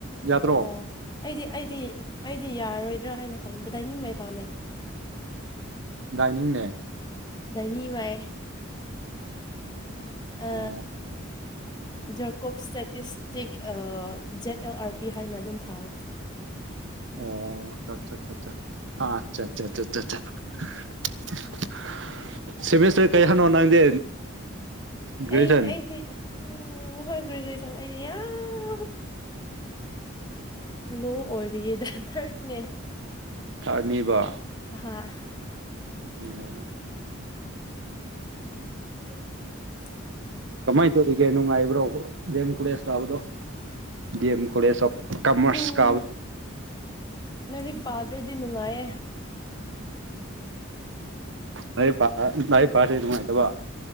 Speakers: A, on the right; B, on the left.
A: ꯌꯥꯗ꯭ꯔꯣ
B: ꯑꯣ ꯑꯩꯗꯤ ꯑꯩꯗꯤ ꯑꯩꯗꯤ ꯌꯥꯔꯔꯣꯏꯗ꯭ꯔꯥ ꯍꯥꯏꯅ ꯈꯟꯕ ꯗꯥꯏꯅꯤꯡ ꯃꯩ ꯄꯥꯝꯃꯩ
A: ꯗꯥꯏꯅꯤꯡꯅꯦ
B: ꯗꯥꯏꯅꯤꯋꯥꯏ ꯑ
A: ꯑꯣ
B: ꯖꯀꯣꯞ statistic Z L R P ꯍꯥꯏꯅ ꯑꯗꯨꯝ ꯊꯥꯕ
A: ꯑꯣ ꯆꯥ ꯆꯥ ꯑ ꯑꯆꯥ ꯑꯆꯥ <unintelligible> ꯁꯤꯃꯤꯁꯇꯔ <unintelligible> ꯅꯪꯗꯤ ꯒ꯭ꯔꯦꯖꯨꯌꯦꯁꯟ
B: ꯑꯩ ꯑꯩꯗꯤ ꯎꯝ ꯍꯣꯏ ꯒ꯭ꯔꯦꯖꯨꯑꯦꯁꯟ ꯑꯩꯗꯤ ꯌꯥꯝ ꯂꯣ ꯑꯣꯏꯔꯤꯌꯦꯗ ꯊ꯭ꯔꯠꯅꯦ
A: ꯊꯥꯔ꯭ꯠ ꯅꯤꯕ
B: ꯑꯍ
A: <inaudible>
B: <inaudible>
A: ꯀꯃꯥꯏꯅ ꯇꯧꯒꯤꯒꯦ ꯅꯨꯡꯉꯥꯏꯕ꯭ꯔꯣ ꯗꯦꯝ ꯀꯨꯂꯦꯁ ꯀꯥꯕꯗꯣ D M college of commerce
B: ꯎꯝ
A: ꯀ
B: ꯂꯥꯏꯔꯤꯛ ꯄꯥꯗ꯭ꯔꯗꯤ ꯅꯨꯡꯉꯥꯏꯌꯦ
A: ꯂꯥꯏꯔꯤꯛ ꯄꯥ ꯂꯥꯏꯔꯤꯛ ꯄꯥ ꯂꯥꯏꯔꯤꯛ ꯄꯥꯗꯗꯤ ꯅꯨꯡꯉꯥꯏꯇꯕ